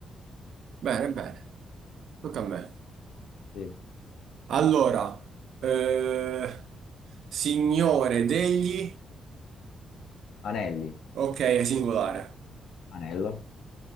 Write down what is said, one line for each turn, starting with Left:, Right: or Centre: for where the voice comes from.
Right: bene, bene, tocca a me.
Left: Sì.
Right: Allora, eh, signore degli...
Left: Anelli,
Right: Ok, è singolare.
Left: anello,